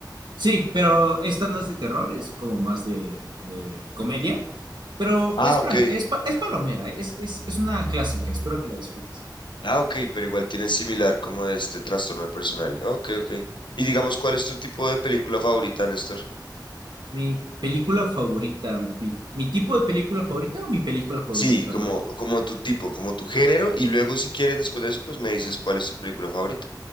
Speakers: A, on the right; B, on the left.
A: Sí, pero esta no es de terror, es como más de, de comedia. Pero
B: Ah,
A: es, para,
B: ok.
A: es, pa- es palomera, es, es, es una clásica, espero que la disfrutes.
B: Ah, ok, pero igual tiene similar como de este trastorno de personalidad. Ok, ok. Y digamos, ¿cuál es tu tipo de película favorita, Néstor?
A: Mi película favorita, mi, pi- mi tipo de película favorita o mi película favorita,
B: Sí,
A: perdón.
B: como, como tu tipo, como tu género, y luego si quieres después de eso, pues me dices cuál es tu película favorita.